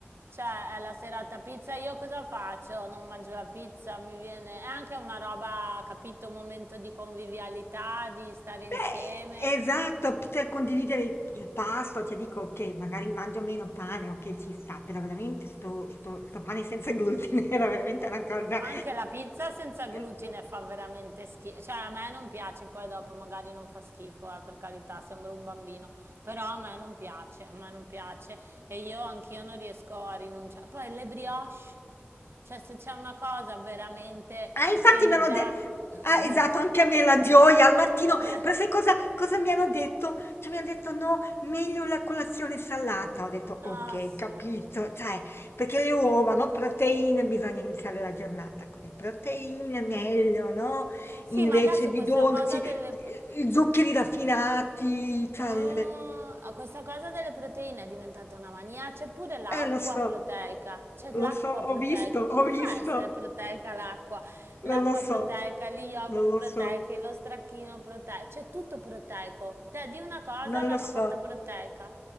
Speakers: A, on the right; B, on the left.
A: Cioè, è la serata pizza, io cosa faccio? Non mangio la pizza, mi viene... È anche una roba, capito, un momento di convivialità, di stare
B: Beh,
A: insieme.
B: esatto, poter condividere il il pasto, cioè dico, ok, magari mangio meno pane, ok, ci sta, però veramente sto, sto- sto pane senza glutine <laughs> era veramente una
A: Ma
B: cosa...
A: anche la pizza senza glutine
B: ehm,
A: fa veramente schifo. Cioè, a me non piace, poi dopo magari non fa schifo, eh, per carità, sembro un bambino. Però a me non piace, a me non piace. E io anch'io non riesco a rinunciare. Poi le brioche. Cioè, se c'è una cosa veramente
B: Ah, infatti
A: che mi
B: mi hanno
A: dà...
B: de
A: <laughs>
B: ah, esatto, anche a me la gioia al mattino,
A: La-
B: però sai cosa cosa mi hanno detto? Cioè mi han detto: "No, meglio la colazione salata." Ho detto:
A: Ah,
B: "Okay,
A: sì.
B: capito." Cioè, perché le uova, no, proteine, bisogna iniziare la giornata con le proteine, meglio, no,
A: Sì,
B: invece
A: ma adesso
B: di
A: questa
B: dolci,
A: cosa delle... pr-
B: i zuccheri raffinati, cioè
A: Ah,
B: il
A: questa cosa delle proteine è diventata una mania. C'è pure l'acqua
B: eh, lo so,
A: proteica. C'è l'acqua
B: lo so,
A: proteica.
B: ho visto,
A: Come
B: ho visto,
A: fa a essere proteica l'acqua? L'acqua
B: non lo
A: proteica,
B: so,
A: gli yogurt
B: non lo
A: proteici,
B: so,
A: lo stracchino proteico. C'è tutto proteico. Te di una cosa
B: non
A: l'hanno
B: lo so.
A: fatta proteica.